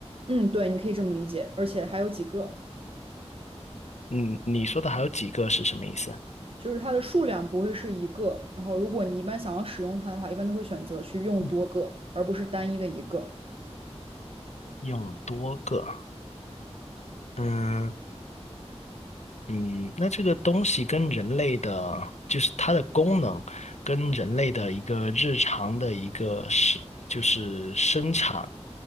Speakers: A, on the right (about 55°); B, on the left (about 85°).
A: 嗯，对，你可以这么理解，而且还有几个，
B: 嗯，你说的还有几个是什么意思？
A: 就是它的数量不会是一个。然后，如果你一般想要使用它的话，一般都会选择去用多个，
B: 嗯
A: 而不是单一的一个。
B: 用多个，嗯，嗯，那这个东西跟人类的，就是它的功能，跟人类的一个日常的一个是，就是生产